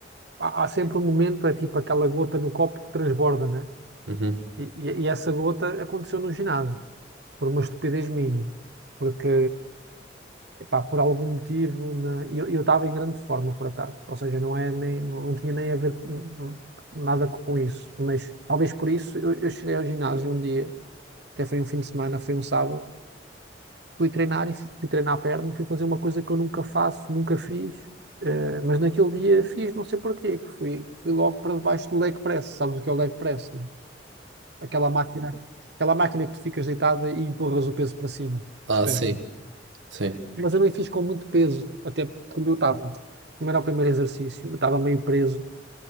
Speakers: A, on the right (about 60°); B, on the right (about 85°).
A: há, há sempre um momento, é tipo aquela gota no copo que transborda, né?
B: Uhum.
A: E, e- e essa gota aconteceu no ginásio, por uma estupidez minha. Porque, epá, por algum motivo, na- eu eu estava em grande forma, por acaso. Ou seja, não é nem, não não tinha nem a ver hum, hum, nada com isso. Mas talvez por isso eu, eu cheguei ao ginásio um dia até foi um fim de semana, foi um sábado, fui treinar e fui, fui treinar a perna e fui fazer uma coisa que eu nunca faço, nunca fiz, eh, mas naquele dia fiz, não sei porquê, que fui, fui logo para debaixo do leg press, sabes o que é o leg press? né? Aquela máquina, aquela máquina que tu ficas deitada e empurras o peso para cima,
B: Ah,
A: os pés.
B: sim. Sim.
A: Mas eu não fiz com muito peso, até porque como eu estava, como era o primeiro exercício, eu estava meio preso,